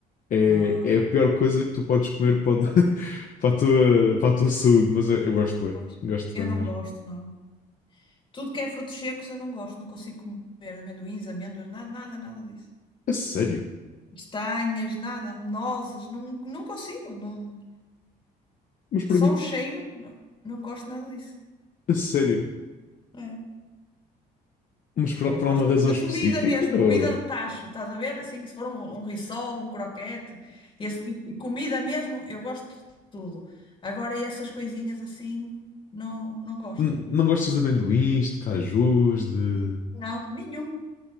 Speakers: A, on the left; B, on the left.
A: É,
B: Ah,
A: é a pior coisa que tu podes comer para, o- <laughs> para a tua, para a tua saúde, mas eu, eu gosto bem,
B: pois.
A: gosto
B: Eu
A: bem
B: não
A: mesmo.
B: gosto, não. Tudo que é frutos secos eu não gosto, não consigo comer amendoins, amêndoas, nada, nada, nada disso.
A: A sério?
B: Castanhas, nada, nozes, não, não consigo. Não,
A: Mas porquê?
B: só o cheiro, não, não gosto nada disso.
A: A sério?
B: É.
A: Mas
B: Agora
A: por, por
B: gosto
A: uma razão
B: da
A: específica?
B: comida mesmo,
A: ou-
B: comida de tacho, estás a ver? Assim, se for um, um rissol, um croquete, esse tipo de comida mesmo, eu gosto de tudo. Agora essas coisinhas assim, não, não gosto.
A: N- Não gostas de amendoins, de cajus, de...
B: Não, nenhum,